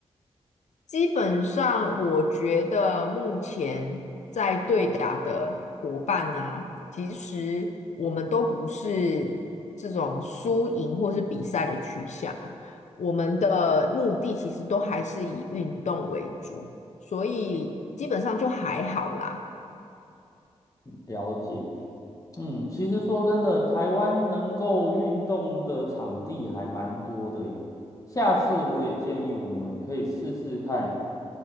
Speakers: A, on the left; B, on the left.
A: 基本上，我觉得目前在对打的伙伴呢、其实我们都不是这种输赢或是比赛的取向，我们的目的其实都还是以运动为主，所以基本上就还好啦。
B: 了解。嗯，其实说真的，台湾能够运动的场地还蛮多的耶。下次我也建议我们可以试试看，